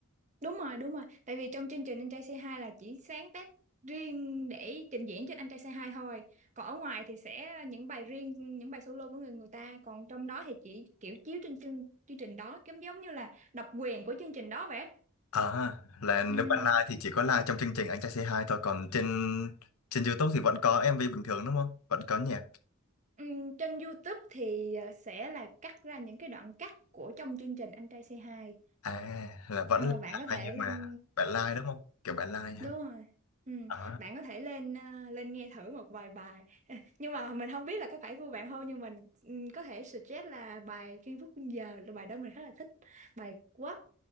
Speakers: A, on the right (about 35°); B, on the left (about 75°).
A: Đúng rồi, đúng rồi. Tại vì trong chương trình Anh Trai Say Hi là chỉ sáng tác riêng để trình diễn trên Anh Trai Say Hi thôi. Còn ở ngoài thì sẽ những bài riêng, những bài solo của người người ta. Còn trong đó thì chỉ kiểu chiếu trên chương, chương trình đó, giống giống như là độc quyền của chương trình đó vậy.
B: À, là nếu
A: Ừm,
B: bạn live thì chỉ có live trong chương trình Anh Trai C2 thôi, còn trên trên YouTube thì vẫn có em MV bình thường đúng không? Vẫn có nhạc.
A: ừm, trên YouTube thì ờ, sẽ là cắt ra những cái đoạn cắt của trong chương trình Anh Trai Say Hi.
B: À, là vẫn
A: Ờ,
B: là
A: bạn
B: live
A: có thể
B: nhưng
A: lên
B: mà bạn live đúng không? Kiểu bạn live ha.
A: Đúng rồi. Ừ.
B: À,
A: Bạn có thể lên ờ, lên nghe thử một vài bài <laughs> nhưng mà mình không biết là có phải gu bạn không nhưng mình ừ, có thể suggest là bài Kim Phúc Quân Giờ là bài đó mình khá là thích bài Quát